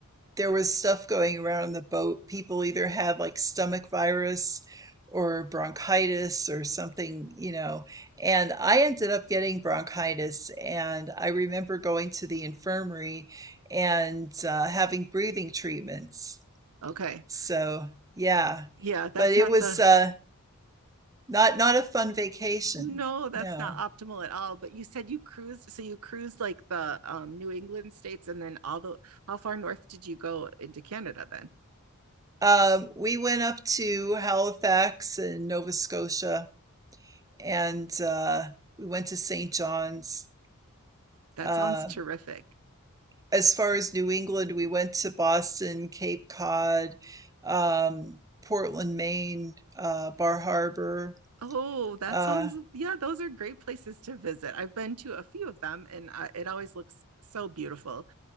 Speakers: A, on the right; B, on the right.
A: there was stuff going around on the boat. People either had like stomach virus or bronchitis or something, you know. And I ended up getting bronchitis. And I remember going to the infirmary and uh, having breathing treatments.
B: okay
A: So, yeah,
B: yeah that's
A: but it
B: not
A: was
B: the
A: uh, not not a fun vacation.
B: no that's
A: No.
B: not optimal at all but you said you cruised so you cruised like the um, new england states and then all the how far north did you go into canada then
A: Um, we went up to Halifax in Nova Scotia and uh, we went to St. John's.
B: that
A: Um,
B: sounds terrific
A: as far as New England, we went to Boston, Cape Cod, um, Portland, Maine, uh, Bar Harbor.
B: oh that
A: Uh,
B: sounds yeah those are great places to visit i've been to a few of them and I, it always looks so beautiful